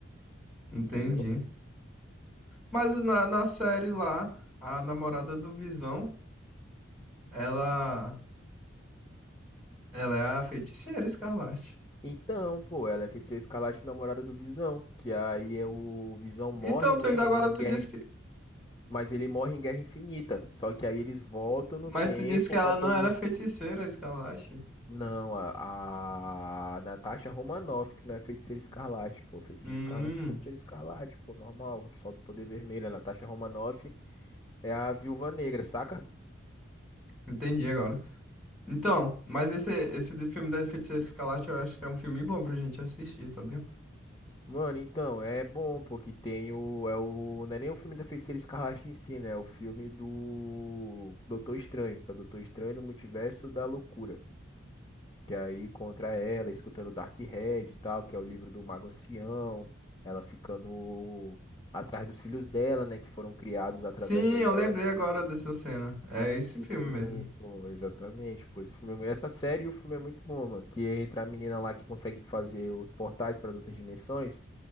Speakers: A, in the centre; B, on the left (about 20°).
A: Entendi.
B: entendeu?
A: Mas na, na série lá, a namorada do Visão, ela. Ela é a feiticeira Escarlate.
B: Então, pô, ela é feiticeira escarlate namorada do Visão, que aí é o Visão morre,
A: Então, tu
B: né,
A: ainda agora
B: em
A: tu
B: guerra,
A: disse que.
B: Mas ele morre em Guerra Infinita. Só que aí eles voltam no
A: Mas
B: tempo
A: tu disse que ela
B: pra poder.
A: não era feiticeira, Escalache.
B: Não, a, a Natasha Romanoff, que não é Feiticeira Escarlate, pô. Feiticeira
A: Hum,
B: Escarlate é Feiticeira Escarlate, pô. Normal, que solta o poder vermelho. A Natasha Romanoff é a Viúva Negra, saca?
A: entendi agora. Então, mas esse, esse de filme da Feiticeira Escalache eu acho que é um filme bom pra gente assistir, sabia?
B: Mano, então, é bom, pô, que tem o, é o. Não é nem o filme da Feiticeira Escarlate em si, né? É o filme do Doutor Estranho, que é o Doutor Estranho no Multiverso da Loucura. Que é aí contra ela, escutando Dark Red e tal, que é o livro do Mago Ancião, ela ficando atrás dos filhos dela, né, que foram criados através
A: Sim,
B: da
A: eu
B: joia.
A: lembrei agora dessa cena. É esse
B: Sim,
A: filme mesmo.
B: pô, exatamente, pô, esse filme, é mu- essa série e o filme é muito bom, mano, que entra a menina lá que consegue fazer os portais para as outras dimensões,